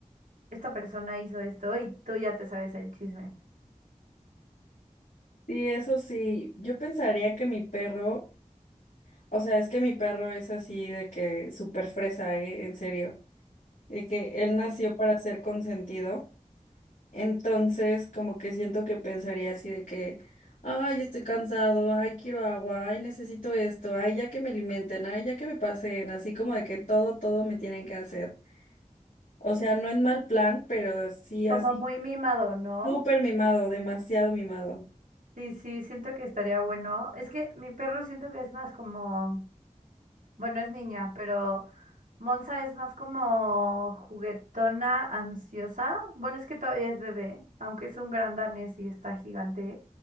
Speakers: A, on the right; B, on the left.
A: esta persona hizo esto y tú ya te sabes el chisme.
B: Sí, eso sí. Yo pensaría que mi perro, o sea, es que mi perro es así de que súper fresa, ¿eh? En serio. De que él nació para ser consentido. Entonces, como que siento que pensaría así de que, ay, estoy cansado, ay, quiero agua, ay, necesito esto, ay, ya que me alimenten, ay, ya que me pasen, así como de que todo, todo me tienen que hacer. O sea, no en mal plan, pero sí así,
A: Como muy mimado, ¿no?
B: súper mimado, demasiado mimado.
A: Sí, sí, siento que estaría bueno. Es que mi perro siento que es más como Bueno, es niña, pero Monza es más como juguetona, ansiosa. Bueno, es que todavía es bebé, aunque es un gran danés y está gigante,